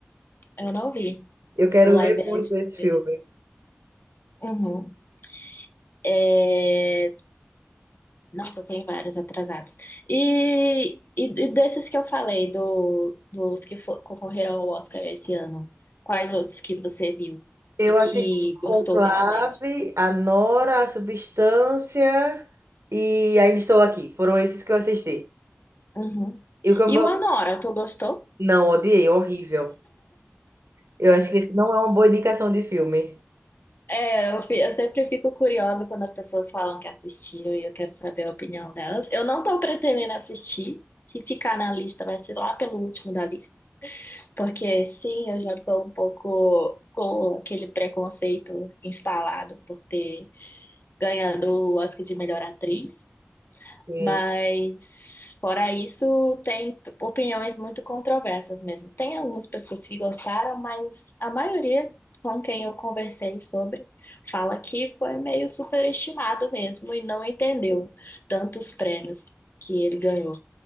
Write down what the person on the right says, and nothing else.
Eu quero
ver
muito esse
filme.
Eu
assisti
Conclave,
A Nora, A Substância e Ainda Estou Aqui. Foram esses que eu assisti.
E o que eu...
Não, odiei, horrível. Eu acho que esse não é uma boa indicação de filme.
Sim,